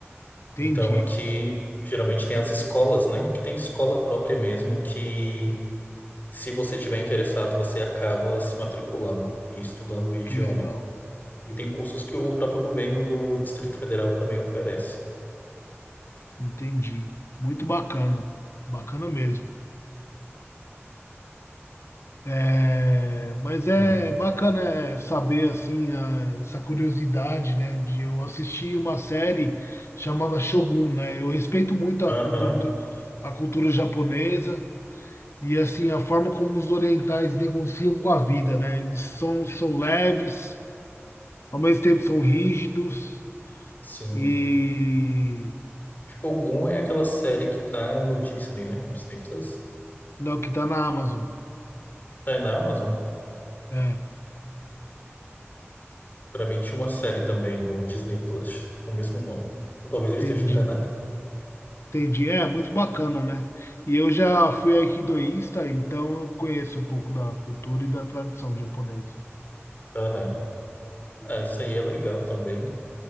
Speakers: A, on the left; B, on the left.
A: Entendi,
B: Então aqui geralmente tem as escolas, né? Que tem escola própria mesmo que se você tiver interessado, você acaba se matriculando e estudando o idioma.
A: que legal.
B: E tem cursos que o próprio governo do Distrito Federal também oferece.
A: Entendi. Muito bacana. Bacana mesmo. É, mas é
B: Hum.
A: bacana é, saber assim a- essa curiosidade, né, de eu assistir uma série chamada Shogun, né? Eu respeito muito
B: Aham.
A: a cultura do, a cultura japonesa e assim a forma como os orientais negociam com a vida, né? Eles são são leves, ao mesmo tempo são rígidos
B: Sim.
A: e
B: Shogun é aquela série que tá no Disney, né? Disney Plus.
A: Não, que tá na Amazon.
B: Tá na Amazon.
A: É,
B: Pra mim tinha uma série também do Disney Plus com o mesmo nome. Ou talvez eu
A: entendi.
B: esteja enganado.
A: Entendi. É, muito bacana, né? E eu já fui aikidoísta, então eu conheço um pouco da cultura e da tradição japonesa.
B: Aham. Ah, isso aí é legal também.